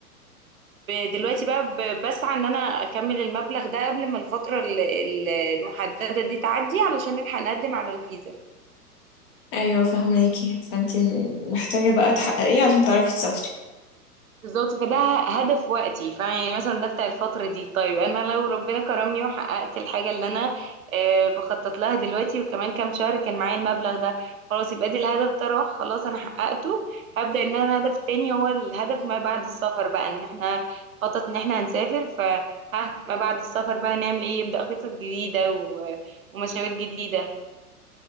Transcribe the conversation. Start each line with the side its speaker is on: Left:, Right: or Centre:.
Right: ب- دلوقتي بقى ب- بسعى ان انا اكمل المبلغ ده قبل ما الفترة ال- ال- المحددة دي تعدي علشان نلحق نقدم على الفيزا
Left: ايوه فهماكي فانت محتاجة بقى تحققيه عشان تعرفي تسافري
Right: بالظبط فده هدف وقتي فيعني مثلا ده بتاع الفترة دي طيب أنا لو ربنا كرمني وحققت الحاجة اللي أنا آه، بخطط لها دلوقتي وكمان كام شهر كان معايا المبلغ ده خلاص يبقى دي الهدف ده راح خلاص أنا حققته هبدأ إن أنا الهدف التاني هو الهدف ما بعد السفر بقى إن احنا خطط إن احنا هنسافر فها ما بعد السفر بقى هنعمل إيه يبدأ خطط جديدة و- ومشاوير جديدة